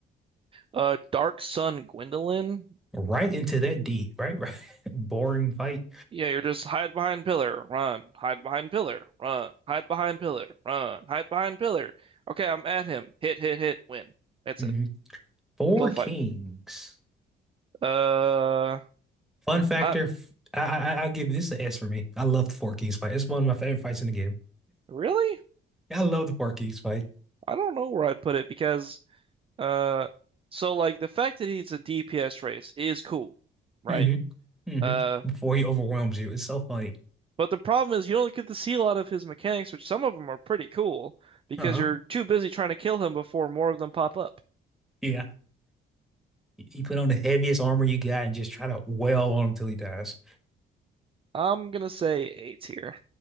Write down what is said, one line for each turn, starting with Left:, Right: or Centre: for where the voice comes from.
Right: Uh, Dark Sun Gwendolyn.
Centre: Right into that D, right? Right. <laughs> Boring fight.
Right: Yeah, you're just hide behind pillar, run, hide behind pillar, run, hide behind pillar, run, hide behind pillar. Okay, I'm at him. Hit, hit, hit, win. That's
Centre: Mhm.
Right: it.
Centre: Four
Right: We'll fight.
Centre: Kings.
Right: Uh,
Centre: Fun factor.
Right: I
Centre: f- I, I I I'll give this an S for me. I love the Four Kings fight. It's one of my favorite fights in the game.
Right: really?
Centre: I love the Four Kings fight.
Right: I don't know where I'd put it because uh, so like the fact that he's a DPS race is cool, right?
Centre: hmm hmm
Right: Uh,
Centre: Before he overwhelms you. It's so funny.
Right: but the problem is you don't get to see a lot of his mechanics, which some of them are pretty cool because
Centre: Uh-huh.
Right: you're too busy trying to kill him before more of them pop up.
Centre: Yeah. You you put on the heaviest armor you got and just try to wail on him till he dies.
Right: I'm gonna say A tier.